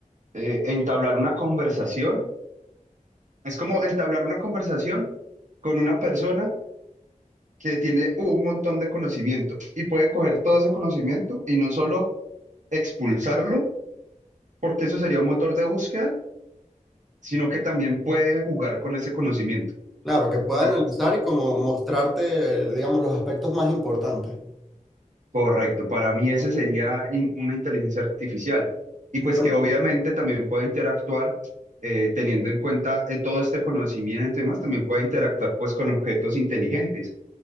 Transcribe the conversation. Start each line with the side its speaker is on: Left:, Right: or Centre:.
Right: eh, entablar una conversación. Es como entablar una conversación con una persona que tiene un montón de conocimiento y puede coger todo ese conocimiento y no solo expulsarlo, porque eso sería un motor de búsqueda, sino que también puede jugar con ese conocimiento.
Centre: Claro, que
Right: O
Centre: pueda
Right: sea,
Centre: analizar y como mostrarte, eh, digamos, los aspectos más importantes.
Right: correcto, para mí
Centre: que tengan.
Right: ese sería in- una inteligencia artificial. Y
Centre: Bueno,
Right: pues que obviamente también puede interactuar eh, teniendo en cuenta eh, todo este conocimiento y demás, también puede interactuar pues con objetos inteligentes